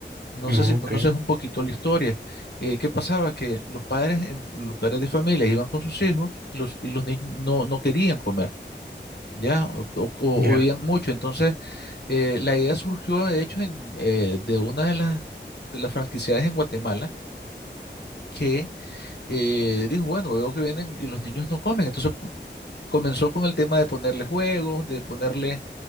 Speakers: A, on the left; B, on the right.
A: No
B: no,
A: sé si conoces
B: ok,
A: un poquito la historia. Eh, ¿qué pasaba? Que los padres, en- los padres de familia iban con sus hijos y los, y los niños no, no querían comer, ¿ya? O, o- o
B: ya.
A: veían mucho. Entonces, eh, la idea surgió, de hecho, en, eh, de una de las, de las franquiciadas en Guatemala que eh, dijo, bueno, veo que vienen y los niños no comen. Entonces, pu- comenzó con el tema de ponerle juegos, de ponerle,